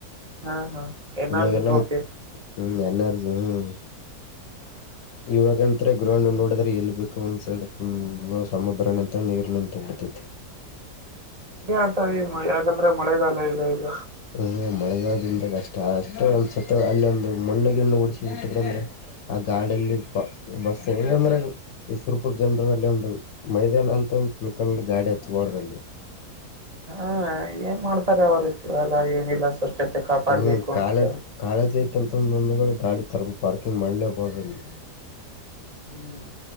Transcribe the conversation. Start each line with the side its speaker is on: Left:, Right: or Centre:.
Right: ಹಾ ಹಾ ಎನ್
Left: ಇವಾಗೆಲ್ಲ
Right: ಆರ್ ಜಿ ಟ್ರೋಫಿ
Left: ಹ್ಮ್ ಎನಾರಜ ಹ್ಮ್ ಇವಾಗಂತ್ರ ಗ್ರೌಂಡ್ ನೋಡಿದ್ರೆ ಎಲ್ಲಿ ಬೇಕು ಒಂದ್ ಸೈಡ್ ಫುಲ್ ಸಮುದ್ರ ನಿಂತ ನೀರು ನಿಂತ ಬಿಡ್ತೈತಿ
Right: ಹ ಆತ ಈ ಯಾಕಂದ್ರೆ ಮಳೆಗಾಲ ಇಲ್ಲ ಈಗ
Left: ಹ್ಮ್ ಮಳೆಗಾಲದ್ರಿಂದ ಕಷ್ಟ ಅ ಅಷ್ಟೇ ಒಂದು್ ಸತ್ತ ಅಲ್ಲಿ ಒಂದು ಮಣ್ಣಗಿಣ್ಣು ಉುಡಿಸಿಬ ಬಿಟ್ಟಿದ್ರ ಅಂದ್ರೆ ಆ ಗಾಡಿಯಲ್ಲಿ ಬಸ್ ಂಗಂದ್ರೆ ಈಸರುಪುರ್ ಜನರು ಅಲ್ಲಿ ಒಂದು ಮೈದಾನ ಅಂತ ಒ ತಿಳ್ಕಲ್ ಗಾಡಿ ಹಚ್ಬಡ್ರ ಅಲ್ಲಿ
Right: ಾ ಏನ್ ಮಾಡ್ತಾರೆ ಅವ್ರತಿರಲ್ಲ ಏನಿಲ್ಲ ಸ್ವಚ್ಛತೆ ಕಾಪಾಡ್ಬೇಕು
Left: ಹ್ಮ್ ಕಾಲೇಜ್
Right: ಅಂತ
Left: ಕಾಲೇಜ್ ಐತೆಂತೊಂದ ಗಾಡಿ ತರ ಪಾರ್ಕಿಂಗ್ ಮಾಡಲೇಬಹ ಅಲ್ಲಿ
Right: ಹ್ಮ್